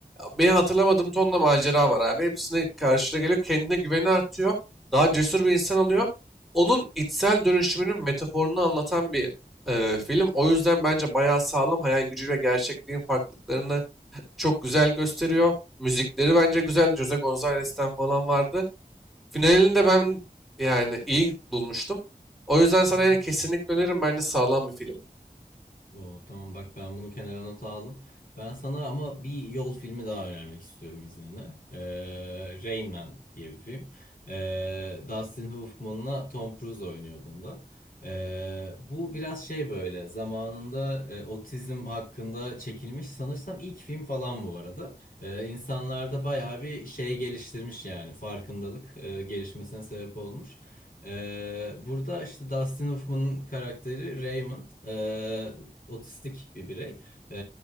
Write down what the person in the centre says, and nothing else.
benim hatırlamadığım tonla macera var abi. Hepsine karşına geliyor. Kendine güveni artıyor. Daha cesur bir insan oluyor. Onun içsel dönüşümünün metaforunu anlatan bir e, film. O yüzden bence bayağı sağlam. Hayal gücüyle gerçekliğin farklılıklarını çok güzel gösteriyor. Müzikleri bence güzel. Jose Gonzalez'ten falan vardı. Finalini de ben yani iyi bulmuştum. O yüzden sana
yani kesinlikle öneririm. Bence sağlam bir film.